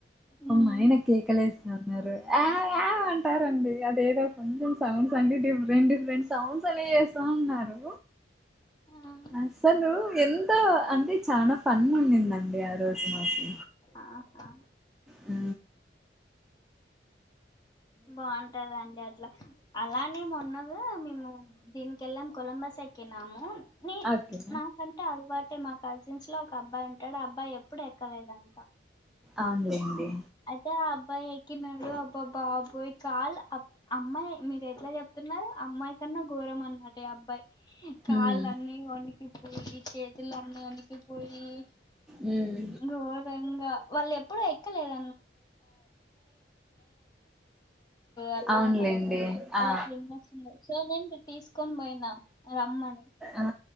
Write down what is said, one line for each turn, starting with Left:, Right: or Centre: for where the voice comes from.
Left: ఉమ్
Centre: మా ఆయన కేకలు ఎస్త ఉన్నారు అయ్ అయ్ ఉంటారండి అదేదో కొంచెం సౌండ్స్ అండి డిఫరెంట్ డిఫరెంట్ సౌండ్స్ అని చేస్తా ఉన్నారు
Left: ఉమ్
Centre: అసలు ఎంత అంటే చానా ఫన్ ఉడిందండి ఆ రోజు మాకు
Left: ఆహా
Centre: ఊ
Left: బాగుంటాదండి అట్లా అలానే మేము కూడా దీనీకెళ్ళం కొలంబస్ ఎక్కినాము నీ
Centre: ఓకే
Left: మాకాంత అలవాటే మాకు కజిన్స్ లో ఒక అబ్బాయి ఉంటాడు ఆ అబ్బాయి ఎప్పుడు ఎక్కలేదంట
Centre: అవునులెండి
Left: అయితే ఆ అబ్బాయి ఎక్కినాడు అబ్బా బాబోయ్ కాల్ అమ్మాయి మీరు ఎట్లా చెప్త ఉన్నారు అమ్మాయి కన్నా గోరం అన్నమాట ఈ అబ్బాయి కాళ్ళన్నీ
Centre: మ్మ్
Left: వనికిపోయి చేతులన్నీ వనికిపోయి పోయి
Centre: మ్మ్
Left: ఘోరంగా వాళ్ళు ఎప్పుడూ ఎక్కలేద అట్లాంతా
Centre: అవునులేండి
Left: <unintelligible>
Centre: ఆ
Left: తీసుకొని పోయినా మని
Centre: ఆ